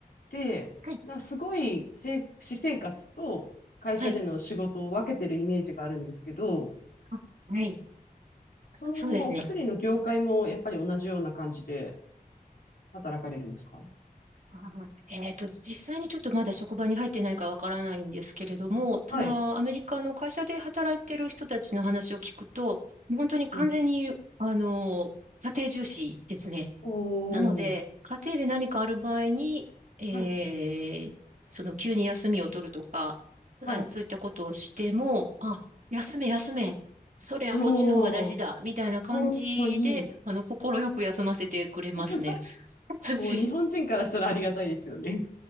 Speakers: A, on the left (about 75°); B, on the right (about 55°).
A: て、
B: はい。
A: なんかすごいせ私生活と会社での仕事を分けてるイメージがあるんですけど、
B: はい。あはい。
A: そのお薬の業界もやっぱり同じような感じで
B: そうですね。
A: 働かれるんですか
B: あえっと、実際にちょっとまだ職場に入ってないからわからないんですけれども、ただ、
A: はい。
B: アメリカの会社で働いてる人たちの話を聞くと、もう本当に完全に、
A: うん。
B: あの、家庭重視ですね。
A: おー。
B: なので、家庭で何かある場合に、えーその急に休みを取るとか、
A: はい。はい。
B: あそういったことをしても、あ、休め休め、それはそっちの方が大事だ、
A: おー。
B: みたいな感じで、
A: おー、いい。
B: あの、快く休ませてくれますね。
A: <laughs>
B: <laughs>
A: もう日本人からしたらありがたいですよね。